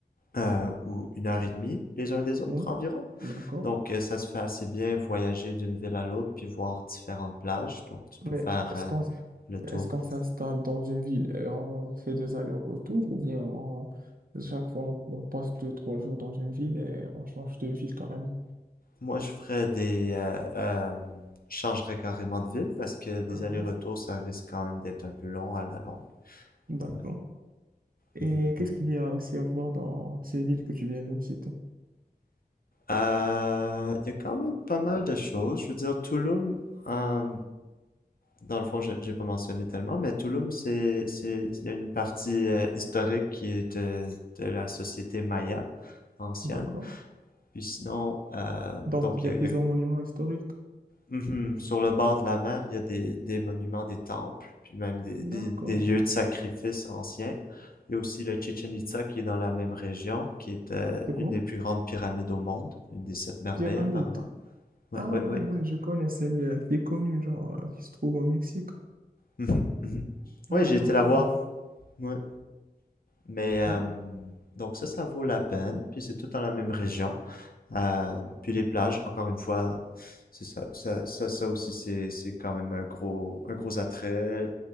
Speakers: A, on the left; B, on the right.
A: euh, ou une heure et demie les uns des autres
B: ouais,
A: environ.
B: d'accord.
A: Donc, euh, ça se fait assez bien voyager d'une ville à l'autre puis voir différentes plages. Donc, tu peux
B: Mais
A: faire
B: est-ce
A: euh,
B: qu'on
A: le tour.
B: est-ce qu'on s'installe dans une ville et on fait des allers-retours ou bien on, chaque fois on, on passe deux, trois jours dans une ville et on change de ville carrément?
A: Moi, je ferais des euh, euh, je changerais carrément de ville parce que des
B: D'accord,
A: allers-retours, ça risque quand même d'être un peu long à la longue.
B: d'accord.
A: Ouais.
B: Et
A: Mhm,
B: qu'est-ce
A: mhm.
B: qu'il y a aussi à voir dans ces villes que tu viens de me citer?
A: Euh, il y a quand même pas mal de choses. Je veux dire, Tulum, euh, dans le fond, je- j'ai pas mentionné tellement, mais Tulum, c'est, c'est, il y a une partie euh, historique qui est de, de la société maya ancienne.
B: D'accord.
A: Puis sinon, euh, donc,
B: Donc, il
A: il
B: y
A: y
B: a
A: a,
B: plusieurs
A: il y a-
B: monuments historiques.
A: Mhm. sur le bord de la mer, il y a des, des monuments, des temples, puis même des, des,
B: D'accord.
A: des lieux de sacrifice anciens. Il y a aussi le Chichen Itza qui est dans la même région, qui est euh,
B: C'est quoi?
A: une des plus grandes pyramides au monde, une des sept merveilles
B: Pyramide.
A: apparemment. Ouais,
B: Ah
A: ouais,
B: ouais,
A: ouais.
B: ouais, je connais celle euh, qui est connue, genre, euh, qui se trouve au Mexique.
A: Mhm, mhm. Ouais,
B: Ouais,
A: j'ai
B: ouais,
A: été
B: je
A: la
B: connais.
A: voir. Ouais. Mais euh,
B: Ouais.
A: donc ça, ça vaut la peine. Puis c'est tout dans la même région. Euh, puis les plages, encore une fois, c'est ça, ça, ça, ça aussi, c'est, c'est quand même un gros, un gros attrait.